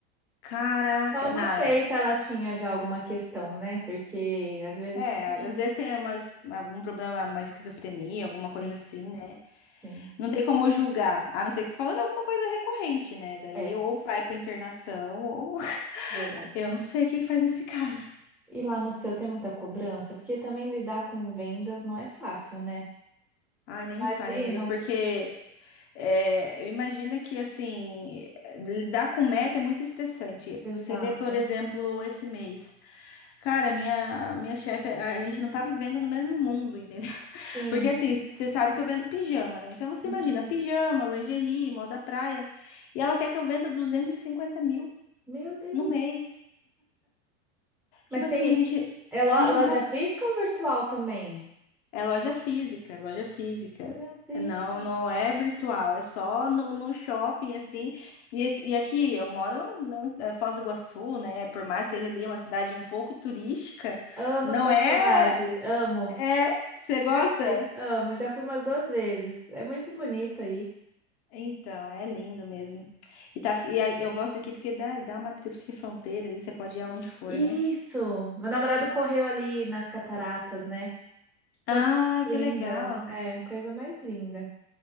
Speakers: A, on the left; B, in the centre.
A: Caraca,
B: Então, eu não
A: não,
B: sei
A: é-
B: se ela tinha já alguma questão, né? Porque às vezes.
A: É,
B: Sim,
A: às vezes tem uma, es- algum problema, uma esquizofrenia, alguma coisa
B: sim.
A: assim, né?
B: sim.
A: Não tem como julgar, a não ser que falando alguma coisa recorrente, né? Daí
B: É,
A: ou vai pra internação, ou <laughs>
B: verdade.
A: eu não sei o que faz nesse caso.
B: E lá no seu tem muita cobrança? Porque também lidar com vendas não é fácil, né?
A: Ai,
B: Imagino.
A: nem me fale, amiga, porque é, imagina que, assim, lidar com meta é muito estressante.
B: Exato.
A: Você vê, por exemplo, esse mês. Cara, minha, minha chefe, a gente não tá vivendo no mesmo mundo, entendeu?
B: Sim.
A: Porque assim, você sabe que eu vendo pijama, né? Então você
B: Uhum.
A: imagina, pijama, lingerie, moda praia. E ela quer que eu venda 250 mil
B: Meu Deus.
A: no mês.
B: Mas
A: Tipo
B: tem.
A: assim, a gente,
B: É lo-
A: a gente não
B: loja
A: tá.
B: física ou virtual também?
A: É loja física, é loja física.
B: Meu Deus.
A: Não, não é virtual, é só no, no shopping, assim. E, esse- e aqui eu moro não, é Foz do Iguaçu, né? Por mais que seja ali uma cidade um pouco turística,
B: Amo
A: não
B: sua
A: é.
B: cidade, amo.
A: É. Você gosta?
B: Perfeito. Amo, já fui umas duas vezes. É muito bonito aí.
A: Então, é lindo mesmo. E, tá, e a- eu gosto daqui porque dá, dá uma tríplice fronteira ali, você pode ir aonde for,
B: Isso!
A: né?
B: Meu namorado correu ali nas cataratas, né? Coisa
A: Ai,
B: mais
A: que
B: linda.
A: legal.
B: É, coisa mais linda.